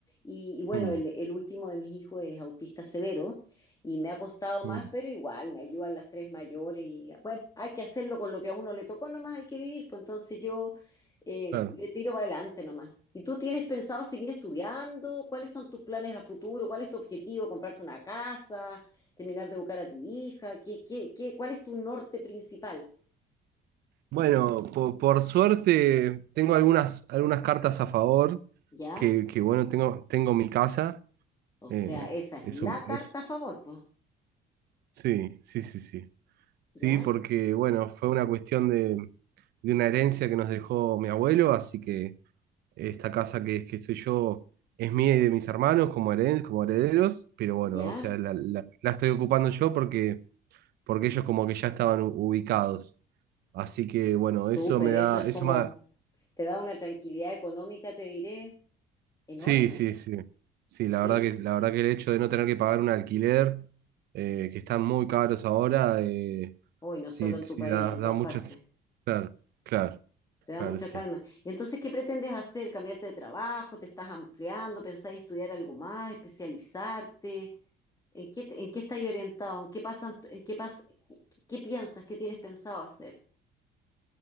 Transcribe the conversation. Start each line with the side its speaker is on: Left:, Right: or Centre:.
Left: Y, y bueno,
Right: Mm,
Left: el, el último de mis hijos es autista severo y me ha costado
Right: mm,
Left: más, pero igual me ayudan las tres mayores. Y bueno, hay que hacerlo con lo que a uno le tocó, nomás hay que vivir. Pues entonces yo eh,
Right: claro.
Left: le tiro para adelante nomás. ¿Y tú tienes pensado seguir estudiando? ¿Cuáles son tus planes a futuro? ¿Cuál es tu objetivo? ¿Comprarte una casa? ¿Terminar de educar a tu hija? ¿Qué, qué, qué, cuál es tu norte principal?
Right: Bueno, po- por, suerte tengo algunas, algunas cartas a favor,
Left: ¿Ya?
Right: que, que bueno, tengo, tengo mi casa
Left: O sea,
Right: Eh,
Left: esa es
Right: es
Left: la
Right: un,
Left: carta
Right: es,
Left: a favor, pues.
Right: sí, sí, sí, sí. Sí,
Left: ¿Ya?
Right: porque bueno, fue una cuestión de, de una herencia que nos dejó mi abuelo, así que esta casa que, que estoy yo es mía y de mis hermanos como, heren- como herederos, pero bueno,
Left: ¿Ya?
Right: o sea, la, la- la estoy ocupando yo porque, porque ellos como que ya estaban u- ubicados. Así que bueno,
Left: Súper,
Right: eso me da,
Left: eso es como,
Right: eso me,
Left: te da una tranquilidad económica, te diré, enorme.
Right: Sí, sí, sí. Sí, la
Left: Sí,
Right: verdad que, la verdad que el hecho de no tener que pagar un alquiler, eh, que están muy caros ahora, eh,
Left: hoy no solo
Right: sí,
Left: en
Right: sí,
Left: tu país,
Right: da,
Left: en
Right: da
Left: todas
Right: muchas...
Left: partes.
Right: Claro, claro,
Left: Te
Right: claro,
Left: da mucha
Right: sí.
Left: calma. Y entonces, ¿qué pretendes hacer? ¿Cambiarte de trabajo? ¿Te estás ampliando? ¿Pensás estudiar algo más? ¿Especializarte? ¿En qué, te- en qué estás orientado? ¿En qué pasan, en qué pas, qué piensas? ¿Qué tienes pensado hacer?